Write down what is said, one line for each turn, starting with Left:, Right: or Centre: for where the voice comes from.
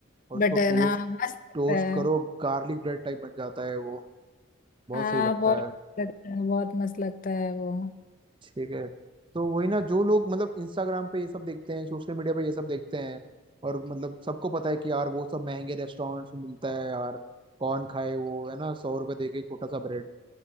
Right: और उसको
Left: बटर
Right: टोस्ट
Left: हाँ मस्त लगता
Right: टोस्ट
Left: है
Right: करो गार्लिक ब्रेड टाइप बन जाता है वो बहुत
Left: हाँ
Right: सही लगता
Left: बहुत मस्त
Right: है
Left: लगता है बहुत मस्त लगता है वो
Right: ठीक है तो वही ना जो लोग मतलब इंस्टाग्राम पे ये सब देखते हैं सोशल मीडिया पे ये सब देखते हैं और मतलब सबको पता है कि यार वो सब महंगे रेस्टोरेंट्स में मिलता है यार कौन खाए वो है ना सौ रुपए दे के एक छोटा सा ब्रेड